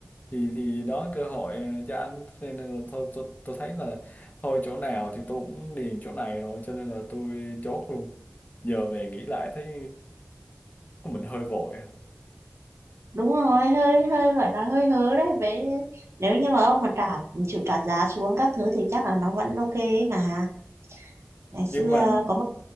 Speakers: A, on the left (about 35°); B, on the right (about 70°).
A: thì thì đó cơ hội ờ, cho anh Thế nên là thôi tôi, tôi thấy là thôi chỗ nào thì tôi cũng điền chỗ này rồi cho nên là tôi chốt luôn giờ về nghĩ lại thấy mình hơi vội
B: đúng rồi hơi hơi gọi là hơi hớ đấy vậy nếu như mà ông mà trả chịu trả giá xuống các thứ thì chắc là nó vẫn ok ấy mà ngày
A: nhưng
B: xưa
A: mà
B: có một